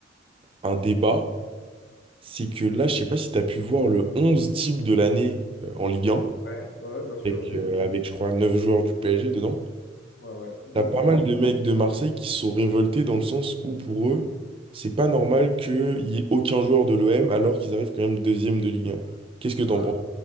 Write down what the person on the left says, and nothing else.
Ouais, ouais, bien sûr,
je l'ai
vu.
Ouais, ouais, complètement
normal.
Bah,